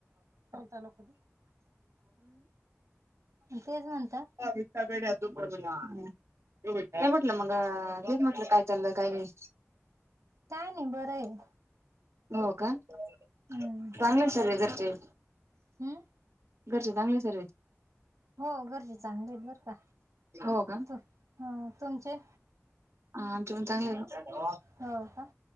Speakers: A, on the right; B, on the right.
A: कोणता नको ते तेच म्हणता
B: विठापेडेत पण नाही म्हटलं मग तेच म्हटलं काय चाललं काही नाही.
A: काय नाही बरं आहे.
B: हो का चांगले
A: हम्म
B: सगळे घरचे
A: हम्म
B: घरचे चांगले सर्व?
A: हो घरचे चांगले आहेत बरं का
B: हो का
A: त हा तुमचे?
B: हा तुमी चांगले हे?
A: हो का